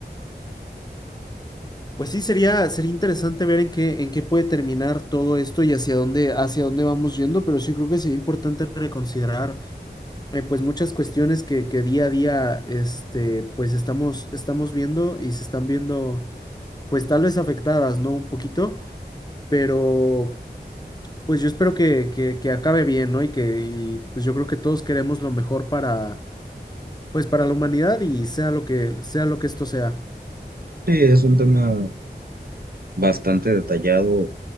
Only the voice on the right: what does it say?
Sí, es un tema bastante detallado